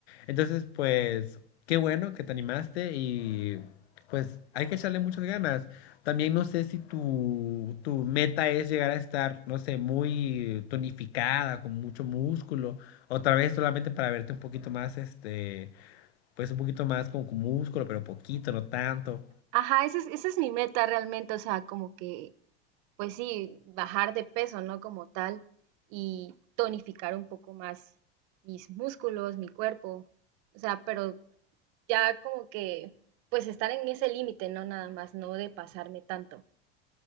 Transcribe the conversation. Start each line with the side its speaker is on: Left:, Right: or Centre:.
Left: Entonces, pues, qué bueno que te animaste y, pues, hay que echarle muchas ganas. También no sé si tu, tu meta es llegar a estar, no sé, muy tonificada, con mucho músculo otra vez solamente para verte un poquito más, este, pues un poquito más como con músculo, pero poquito, no tanto.
Right: ajá, esa es, esa es mi meta realmente, o sea, como que, pues sí, bajar de peso, ¿no? Como tal, y tonificar un poco más mis músculos, mi cuerpo, o sea, pero ya como que, pues estar en ese límite, ¿no? Nada más, no de pasarme tanto.